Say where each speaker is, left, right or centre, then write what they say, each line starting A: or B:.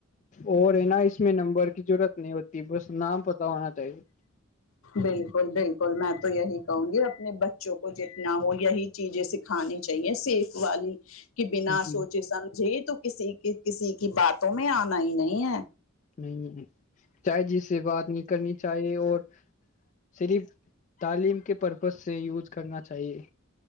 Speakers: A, on the left; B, on the left.
A: اور ہے نا اس میں نمبر کی ضرورت نہیں ہوتی بس نام پتا ہونا چاہیے
B: بالکل بالکل میں تو یہی کہوں گے اپنے بچوں کو جتنا ہو یہی چیزیں سکھانی چاہیے سیف والی کہ بنا
A: جی
B: سوچے سمجھے تو کسی کے کسی کی باتوں میں آنا ہی نہیں ہے
A: نہیں چائے جی سے بات نہیں کرنی چاہیے اور صرف تعلیم کے پرپز سے یوز کرنا چاہیے